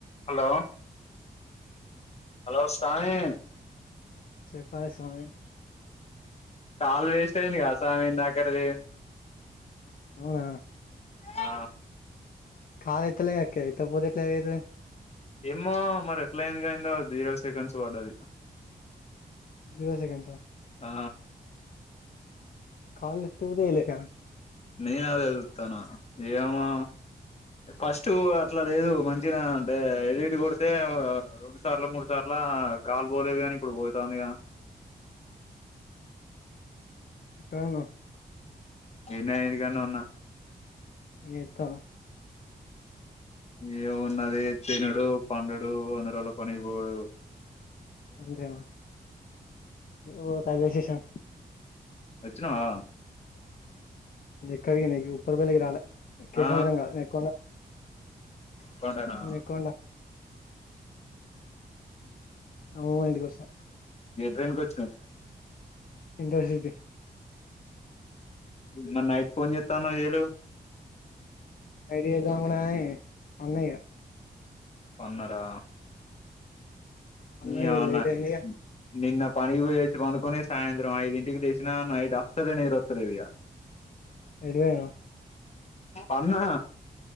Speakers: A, on the left; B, on the left.
A: Hello hello స్వామీ
B: చెప్పాలి స్వామి
A: కాళ్లు వేస్ట్ అయింది కద స్వామి ఇందాకటిది
B: అవునా
A: ఆ
B: కాల్ ఎత్తలే ఎతకపోతె ఎట్లయితే
A: ఏమో మరి ఎట్లా అయింది గయిందో జీరో సెకండ్స్ పడ్డది
B: ఇరవై సెకండ్సా
A: ఆ
B: కాల్ లిఫ్ట్ కుడా చేయలేగా.
A: నేను అదే చూత్తన్నా ఏమో ఫస్ట్ అట్లా లేదు మంచిగనే అంటే ఎడిట్ కొడితే రెండు సార్ల మూడు సార్ల కాల్ పోలేదు గాని ఇప్పుడు పోతాందిగా.
B: ఎక్కడున్నవు?
A: గీన్నే ఇంటికాడనే ఉన్నా.
B: ఏత్తా.
A: ఏం ఉన్నది తినుడు, పండుడు, వంద రోజుల పనికిపోవుడు.
B: అంతేనా ఇగపో రైల్వేస్టేషన్
A: వచ్చినవా?
B: నేను ఎక్కడికి నీకు ఉప్పర్ పెళ్లికి రాలే. కేసముద్రం
A: ఆ
B: కాదు నెక్కొండా
A: కొండనా
B: నెక్కొండా. అమ్మమ్మ వాళ్లింటికి వచ్చినా.
A: ఏ ట్రైన్కి వచ్చినవు.
B: ఇంటర్సిటీ
A: మరి నైట్ ఫోన్ చెత్తాన్నవు చెయ్యలేవు.
B: నైట్ చేద్దాం అనుకున్నకాని పన్న ఇగ.
A: పన్నరా
B: అన్న
A: నీ
B: ఇగ
A: అవ్వ
B: లేట్
A: నా
B: అయింది ఇగ
A: నిన్న పనికి పోయచ్చి పండుకుని సాయంత్రం ఐదుంటికి లేసినా నైట్ అస్సలేే నిద్రోత్తలేదు ఇగ.
B: ఎటు పోయినవు.
A: పన్నా.